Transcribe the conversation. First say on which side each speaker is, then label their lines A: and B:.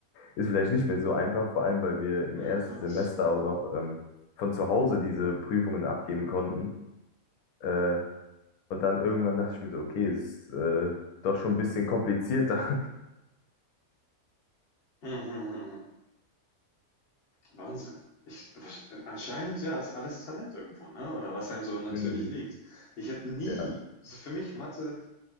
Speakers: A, on the left (about 90°); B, on the left (about 45°).
A: ist vielleicht nicht mehr so einfach, vor allem weil wir im
B: Ja,
A: ersten
B: krass.
A: Semester auch noch ähm, von zu Hause diese Prüfungen abgeben konnten. Äh, und dann irgendwann dachte ich mir so, okay, es ist äh, doch schon ein bisschen komplizierter
B: Mhm, Wahnsinn. Ich, anscheinend, ja, ist alles Talent irgendwo, ne? Oder was einem so natürlich
A: Mhm.
B: liegt. Ich hätte nie,
A: Ja.
B: so für mich Mathe,